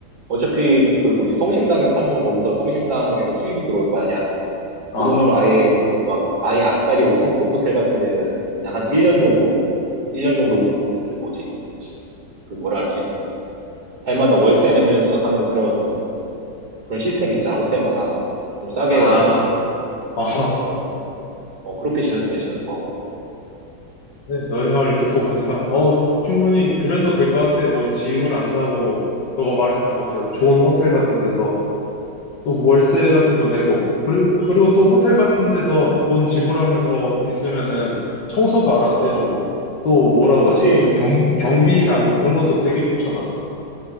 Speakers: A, on the right; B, on the left.
A: 어차피 그 뭐지 성심당에 사면은 거기서 성심당에서 수입이 들어올 거 아니야.
B: 어,
A: 그 돈으로 아예 그 막 아예 아싸리 5성급 호텔 같은 데를 그냥 한 1년 정도 1년 정도 그 뭐지 그 뭐라 그러지 해마다 월세 내면서 사는 그런 그런 시스템 있잖아 호텔마다 좀 싸게
B: 아,
A: 해가지고
B: 어.
A: 어, 뭐, 어 그렇게 지내도 괜찮을 것 같고
B: 네, 너의 말을 듣고 보니까, 어, 충분히 그래도 될 것 같아. 뭐, 집을 안 사고, 너가 말했던 것처럼 좋은 호텔 같은 데서, 또 월세
A: 어,
B: 같은 거 내고, 그리고, 그리고 또 호텔 같은 데서 돈 지불하면서 있으면은 청소도 알아서 해주고,
A: 어.
B: 또 뭐라고
A: 그치
B: 하지? 그 경, 경비나 뭐 그런 것도 되게 좋잖아.